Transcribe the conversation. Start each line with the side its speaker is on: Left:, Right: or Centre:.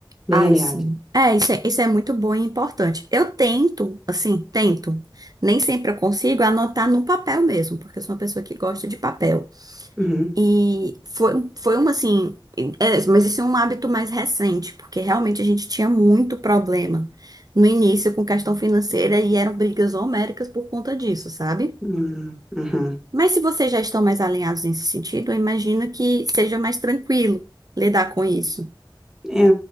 Centre: Bem
Right: Ai,
Centre: alinhado.
Right: sim. É, isso é, isso é muito bom e importante. Eu tento, assim, tento. Nem sempre eu consigo anotar no papel mesmo, porque eu sou uma pessoa que gosta de papel.
Centre: Uhum.
Right: E foi, foi uma, assim. é, mas isso é um hábito mais recente, porque realmente a gente tinha muito problema no início com questão financeira e eram brigas homéricas por conta disso, sabe?
Centre: Uhum. Uhum.
Right: Mas se vocês já estão mais alinhados nesse sentido, eu imagino que seja mais tranquilo lidar com isso.
Centre: É,